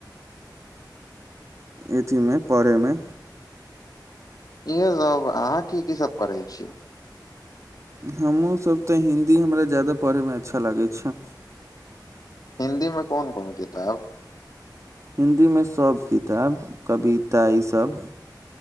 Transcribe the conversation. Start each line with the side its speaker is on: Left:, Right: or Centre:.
Right: अथीमे पढ़ैमे
Left: इहे अब अहाँ की की सब पढ़ै छीय
Right: हमहूँसब तऽ हिन्दी हमरा ज्यादा पढ़ैमे अच्छा लागैत छै
Left: हिन्दी में कोन कोन किताब
Right: हिन्दी मे सब किताब कविता ई सब